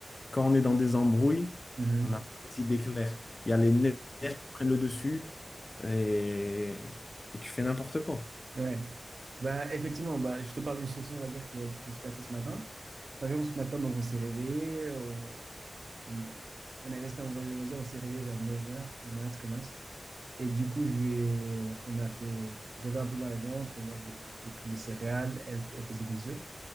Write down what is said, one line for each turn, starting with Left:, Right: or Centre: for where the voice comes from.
Left: quand on est dans des embrouilles,
Right: hmm, hmm.
Left: on
Right: hmm.
Left: n'a pas les idées claires. Il y a les nerfs qui prennent le dessus et, et tu fais n'importe quoi.
Right: Ouais. Bah, effectivement, bah, je te parle d'une situation, on va dire, qui, va- qui s'est passée ce matin. Par exemple, ce matin, donc, on s'est réveillé, on, on, on est resté, on va, on va dire, on s'est réveillé vers neuf heures du mat, comme ça. Et du coup, je vais, on, on a fait, j'avais un peu mal au ventre, moi, j'ai j'ai pris des céréales, elle, elle faisait des œufs.